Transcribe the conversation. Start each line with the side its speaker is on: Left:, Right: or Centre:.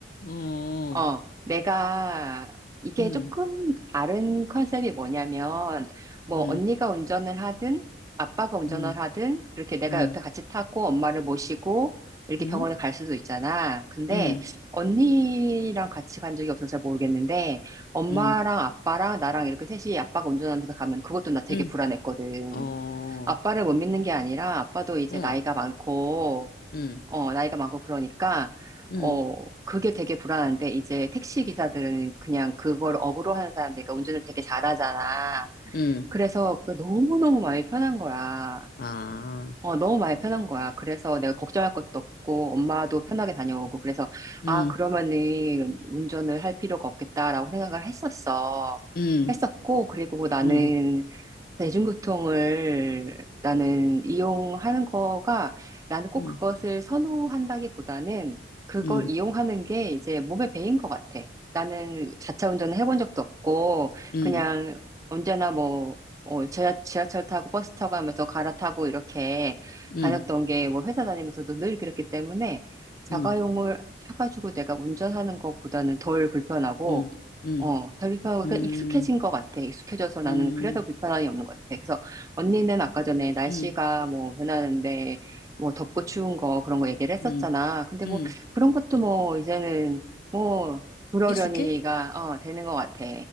Left: 어,
Right: 어, 내가, 이게
Left: 응,
Right: 조금 다른 컨셉이 뭐냐면, 뭐,
Left: 응,
Right: 언니가 운전을 하든, 아빠가 운전을
Left: 응,
Right: 하든, 그렇게 내가
Left: 응,
Right: 옆에 같이 타고 엄마를 모시고, 이렇게
Left: 응,
Right: 병원을 갈 수도 있잖아. 근데,
Left: 응,
Right: 언니랑 같이 간 적이 없어서 잘 모르겠는데, 엄마랑
Left: 응,
Right: 아빠랑 나랑 이렇게 셋이 아빠가 운전하면서 가면 그것도 나 되게
Left: 응,
Right: 불안했거든.
Left: 어,
Right: 아빠를 못 믿는 게 아니라 아빠도 이제
Left: 어,
Right: 나이가 많고,
Left: 응,
Right: 어, 나이가 많고 그러니까,
Left: 응,
Right: 어, 그게 되게 불안한데 이제 택시 기사들은 그냥 그걸 업으로 하는 사람들, 그러니까 운전을 되게 잘하잖아.
Left: 응,
Right: 그래서 그게 너무너무 마음이 편한 거야.
Left: 아,
Right: 어, 너무 마음이 편한 거야. 그래서 내가 걱정할 것도 없고, 엄마도 편하게 다녀오고, 그래서,
Left: 응,
Right: 아, 그러면은 운전을 할 필요가 없겠다라고 생각을 했었어.
Left: 응,
Right: 했었고, 그리고 나는
Left: 응,
Right: 대중교통을 나는 이용하는 거가 나는 꼭
Left: 응,
Right: 그것을 선호한다기보다는 그걸
Left: 응,
Right: 이용하는 게 이제 몸에 배인 것 같아. 나는 자차 운전을 해본 적도 없고
Left: 응,
Right: 그냥 언제나 뭐 어, 지하, 지하철 타고 버스 타고 하면서 갈아타고 이렇게
Left: 응,
Right: 다녔던 게 뭐 회사 다니면서도 늘 그랬기 때문에 자가용을
Left: 응,
Right: 사가지고 내가 운전하는 것보다는 덜 불편하고
Left: 응, 응,
Right: 어, 다 불편하고,
Left: 응,
Right: 그냥 익숙해진 것 같아. 익숙해져서 나는
Left: 응,
Right: 그래서 불편함이 없는 것 같아. 그래서 언니는 아까 전에 날씨가
Left: 응,
Right: 뭐 변하는데, 뭐 덥고 추운 거 그런 거 얘기를 했었잖아.
Left: 응,
Right: 근데
Left: 응.
Right: 뭐 그런 것도 뭐 이제는 뭐 그러려니가,
Left: 익숙해?
Right: 어, 되는 것 같아.